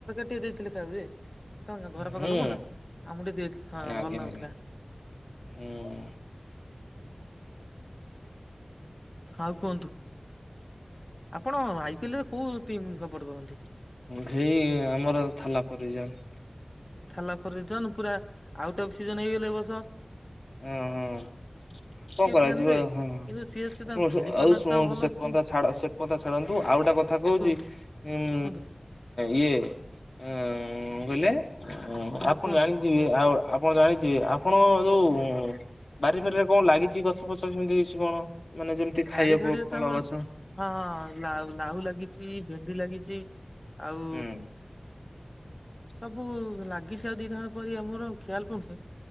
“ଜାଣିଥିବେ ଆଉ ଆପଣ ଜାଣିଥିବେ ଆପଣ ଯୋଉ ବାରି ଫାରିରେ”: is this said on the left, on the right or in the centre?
Left